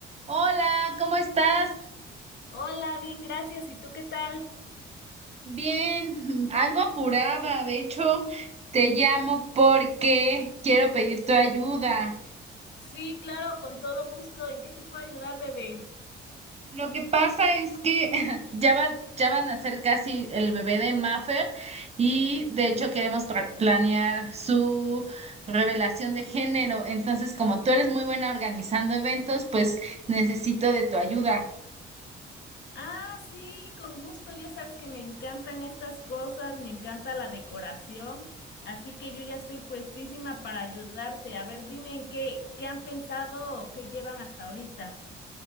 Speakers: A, on the right; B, on the left.
A: Hola, ¿cómo estás?
B: Hola, bien, gracias. ¿Y tú qué tal?
A: Bien, <laughs> mm, algo apurada. De hecho, te llamo porque quiero pedir tu ayuda.
B: Sí, claro, con todo gusto. ¿En qué te puedo ayudar, bebé?
A: Lo que pasa es que <laughs> ya va, ya van a ser casi el bebé de Maffer y de hecho queremos pra- planear su revelación de género. Entonces, como tú eres muy buena organizando eventos, pues necesito de tu ayuda.
B: Ah, sí, con gusto. Ya sabes que me encantan estas cosas, me encanta la decoración, así que yo ya estoy puestísima para ayudarte. A ver, dime en qué, qué han pensado o qué llevan hasta ahorita.